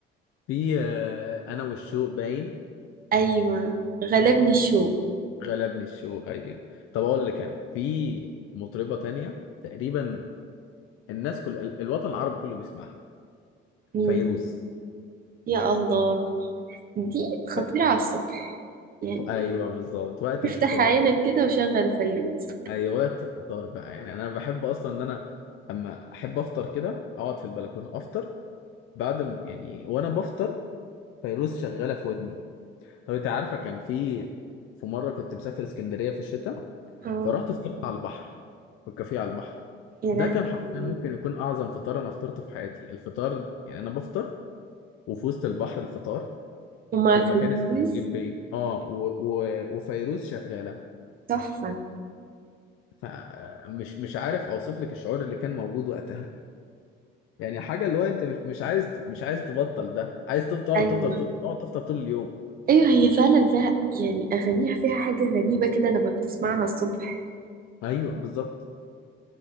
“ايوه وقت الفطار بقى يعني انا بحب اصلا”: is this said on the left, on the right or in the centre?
Left